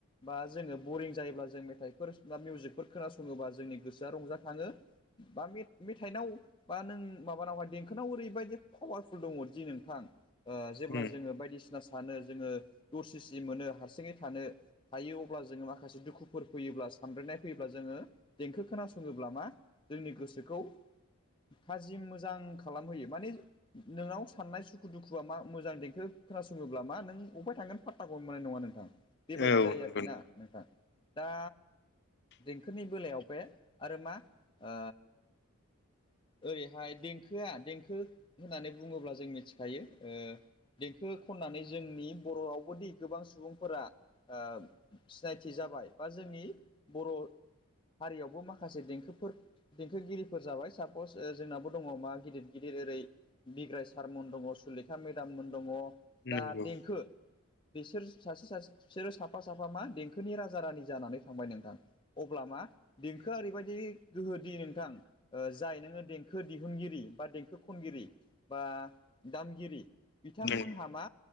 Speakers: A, on the left; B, on the left.
A: बा जोङो बरिं जायोब्ला जों मेथाइफोर बा मिउजिकफोर खोनासङोबा जोंनि गोसोआ रंजाखाङो। बा मे-मेथाइनाव बा नों माबानावहाय देंखोनाव ओरैबायदि पावारफुल दङदि नोंथां जेब्ला
B: उम
A: जोङो बायदिसिना सानो जोङो दरसि सि मोनो हारसिङै थानो थायो अब्ला जोङो माखासे दुखुफोर फैयोब्ला सानब्रेनाय फैयोब्ला जोङो देंखो खोनासङोब्ला मा जोंनि गोसोखौ थाजिम मोजां खालामहोयो माने नोंनाव साननाय सुखु दुखुआ मा मोजां खोनासङोब्ला मा नों अफाय थांगोन पाताखौनो मोननाय नङा नोंथां बेबायदि
B: औ
A: जायो
B: नंगौ
A: आरोखि ना नोंथां दा देंखोनि बेलायाव बे आरो मा ओ ओरैहाय देंखोआ देंखो होनानै बुङोब्ला जों मिथिखायो ओ देंखो खननानै जोंनि बर' रावबोदि गोबां सुबुंफोरा आ सिनायथि जाबाय बा जोंनि बर' हारियावबो माखासे देंखोफोर देंखोगिरिफोर जाबाय सापस जोंनाबो दङ मा गिदिर गिदिर ओरै बिग्राय सारमोन दङ सुलेखा मेदाममोन दङ दा
B: नंगौ
A: देंखो बिसोर सासे सासे बिसोरो साफा साफा मा देंखोनि राजा रानि जानानै थांबाय नोंथां। अब्ला मा देंखोआ ओरैबायदि गोहोदि नोंथां जाय ओ नोङो देंखो देंखो दिहुनगिरि बा देंखो खनगिरि बा दामगिरि बिथांमोनहा
B: नों
A: मा